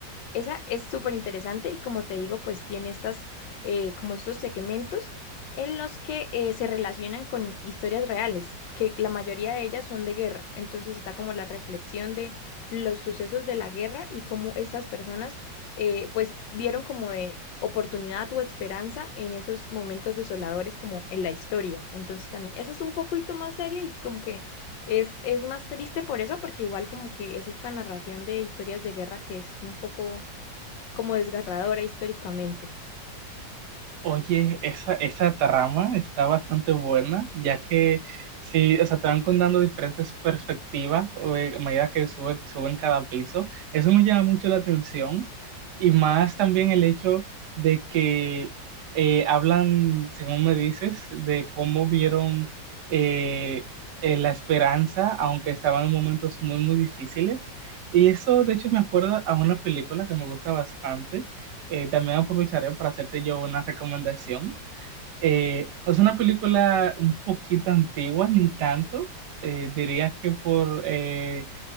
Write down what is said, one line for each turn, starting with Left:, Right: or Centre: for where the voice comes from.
Left: Esa es súper interesante y como te digo, pues tiene estas, eh, como estos segmentos en los que eh, se relacionan con historias reales, que la mayoría de ellas son de guerra. Entonces está como la reflexión de los sucesos de la guerra y cómo estas personas eh, pues vieron como de oportunidad o esperanza en esos momentos desoladores como en la historia. Entonces también, esa es un poquito más seria y como que es, es más triste por eso, porque igual como que es esta narración de historias de guerra que es un poco como desgarradora históricamente.
Right: Oye, esa, esa trama está bastante buena, ya que sí, o sea, te van contando diferentes perspectivas o, eh, a medida que sube, suben cada piso. Eso me llama mucho la atención y más también el hecho de que eh, hablan, según me dices, de cómo vieron eh, eh, la esperanza, aunque estaban en momentos muy, muy difíciles. Y eso, de hecho, me acuerda a una película que me gusta bastante eh, también aprovecharé para hacerte yo una recomendación. Eh, es una película un poquito antigua, ni tanto. Eh, diría que por, eh,